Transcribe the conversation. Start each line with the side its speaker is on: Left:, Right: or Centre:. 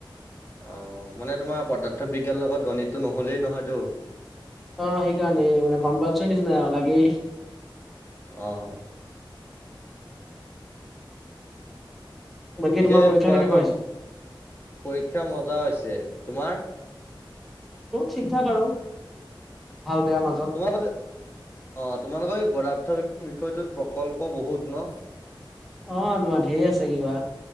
Left: অ মানে তোমাৰ পদাৰ্থ বিজ্ঞানৰ লগত গণিতটো নহলেই নহয়তো।
Centre: অ সেইকাৰণে মানে কম্পালচৰী নিচিাই লাগে।
Left: <unintelligible>
Centre: বাকী
Left: পিছে
Centre: তোমাৰ পৰীক্ষা
Left: পৰীক্ষা
Centre: কেনেকুৱা হৈছে
Left: মজা হৈছে তোমাৰ?
Centre: মোৰ ঠিক ঠাক আৰু ভাল বেয়াাৰ মাজত।
Left: তোমাল অ তোমালোকৰ এই পদাৰ্থ বি বিষয়টোত প্ৰকল্প বহুত ন?
Centre: অ তোমাৰ ধেৰ আছে কিবা